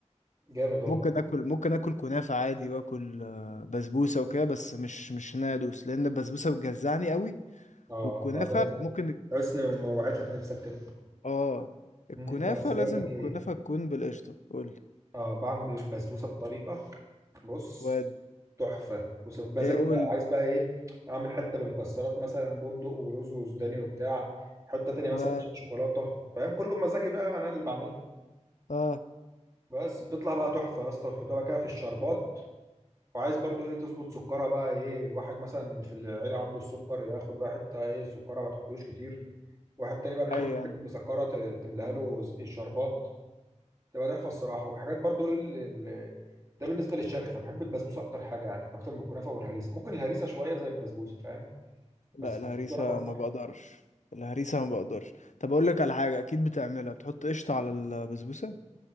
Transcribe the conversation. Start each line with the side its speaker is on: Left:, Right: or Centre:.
Right: جامد والله
Left: ممكن اكل ممكن اكل كنافه عادي واكل آه، بسبوسه وكده بس مش مش ان انا ادوس لان البسبوسه بتجزعني قوي
Right: اه
Left: والكنافه
Right: بعدها لازم
Left: ممكن
Right: تحس ان ما وعيت لك نفسك كده
Left: اه الكنافه
Right: مم. لا بس بقول
Left: لازم
Right: لك
Left: الكنافه
Right: ايه
Left: تكون بالقشطه قول لي
Right: اه بعمل البسبوسه بطريقه بص
Left: واد
Right: تحفه ومزاجي
Left: ايه قول
Right: بقى
Left: لي
Right: عايز بقى ايه اعمل حته بمكسرات مثلا بندق ورز وسوداني وبتاع حته تانية
Left: واد
Right: مثلا عشان شوكولاته فاهم كله بمزاجي بقى انا اللي بعمله
Left: اه
Right: بس بتطلع بقى تحفه يا اسطى وتحطها بقى كده في الشربات وعايز برضو ايه تظبط سكرها بقى ايه واحد مثلا في العيله عنده السكر ياخد بقى حته ايه سكرها ما تحطوش كتير واحد تاني بقى بيحب
Left: ايوه
Right: الحاجات المسكره ت- تملاها له ز- الشربات تبقى تحفه الصراحه والحاجات برضو ايه ال- ال- ده بالنسبه للشرق فبحب البسبوسه اكتر حاجه يعني اكتر من الكنافه والهريسه ممكن الهريسه شويه زي البسبوسه فاهم
Left: لا
Right: بس
Left: الهريسه
Right: الفلوس رقم واحد
Left: ما بقدرش الهريسه ما بقدرش طب اقول لك على حاجه اكيد بتعملها بتحط قشطه على البسبوسه